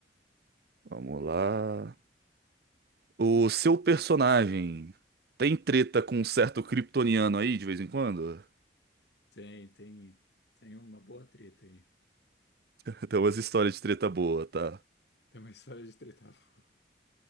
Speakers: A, on the right; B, on the left.
A: Vamos
B: Bem,
A: lá. O seu personagem tem treta com um certo kryptoniano aí de vez em quando?
B: tem, tem, tem uma boa treta aí.
A: <laughs> Tem umas histórias de treta boa, tá?
B: Tem uma história de treta. <laughs> boa.